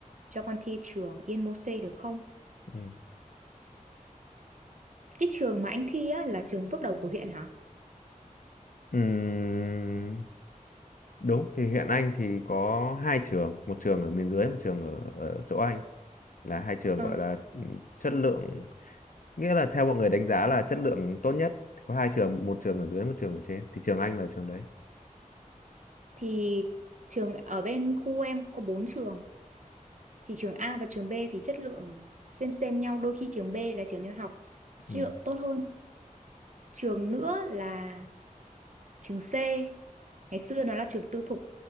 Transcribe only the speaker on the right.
cho con thi trường Yên Mô-xê được không?
Cái trường mà anh thi á là trường top đầu của huyện hả?
Ờ.
Thì trường ở bên khu em có 4 trường. Thì trường A và trường B thì chất lượng xem xem nhau. Đôi khi trường B là trường em học chất
lượng tốt hơn trường nữa là trường C ngày xưa nó là trường tư thục